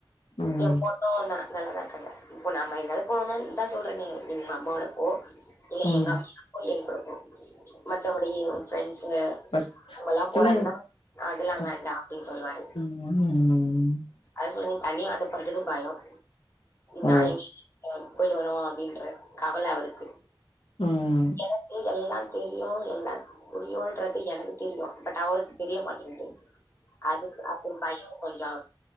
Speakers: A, on the left; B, on the left.
A: ம்
B: எ பொண் ணு ந நல்லாதா இருக்காங்க இப்போ நம்ம எங்காது போனோன் தா சொல்றேன்னே நீ உங்க அம்மாவோட போ இல்ல
A: ம்
B: எங்க அம்மா <inaudible> எங் கூடப்போ மத்தவடைய உ ஃப்ரெண்ட்ஸ்சு
A: ஃபர்ஸ்ட்
B: அவல்லா
A: ஃபர்ஸ்ட்லா
B: போறாங்கன்னா அதெல்லா
A: ஃபர்ஸ்ட்
B: வேண்டா அப்டின் சொல்வாரு
A: ம் ம்
B: அத சொல்னிங் தனியா அனுப்புறதுக்கு பயம் நா
A: ஓ
B: எங்கேகி அ போயி்ட்டு வரு அப்டின்ற கவல அவருக்கு
A: ம்
B: எனக்கு எல்லா தெரியு எல்லா புரியுன்றது எனக்கு தெரியு பட் அவருக்கு தெரிய மாட்டேங்கிது அதுக்கு அப்போ பயோ கொஞ்சோ